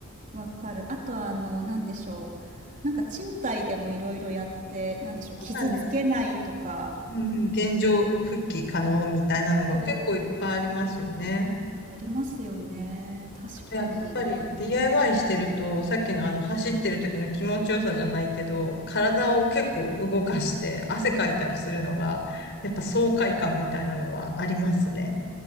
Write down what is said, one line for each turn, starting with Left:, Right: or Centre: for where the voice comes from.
Right: わかる。あとはあの、なんでしょう。なんか賃貸でもいろいろやって、なんでしょう、
Left: そうなんです。
Right: 傷つけないとか。
Left: うんうん、現状復帰可能みたいなのが結構いっぱいありますよね。
Right: そう。ありますよね。確かに。
Left: あとやっぱり DIY してると、さっきのあの走ってる時の気持ちよさじゃないけど、体を結構動かして汗かいたりするのが、やっぱ爽快感みたいなのはありますね。